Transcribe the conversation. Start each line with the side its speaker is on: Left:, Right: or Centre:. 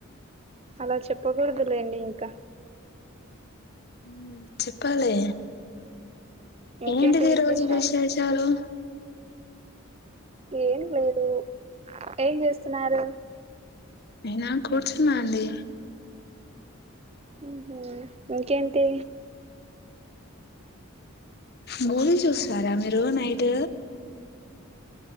Right: అలా చెప్పకూడదులేండి ఇంకా
Left: మ్మ్ చెప్పాలి
Right: ఇంకేంటి
Left: ఏంటిది
Right: విశేషాలు
Left: ఈ రోజు విశేషాలు
Right: ఏం లేదు ఏం చేస్తున్నారు
Left: నేనా కూర్చున్న అండి
Right: ఉహు ఇంకేంటి
Left: మూవి చూస్తారా మీరు నైట్?